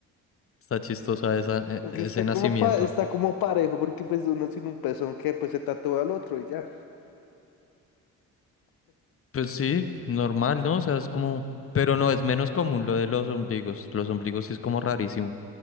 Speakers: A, on the left; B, on the left.
A: está chistosa esa, eh,
B: Aunque
A: ese
B: Está
A: nacimiento.
B: como, pa- está como parejo, porque pues uno sin un pezón que pues se tatúa al otro y ya.
A: Pues sí, normal, ¿no? O sea, es como... Pero no, es menos común lo de los ombligos. Los ombligos sí es como rarísimo.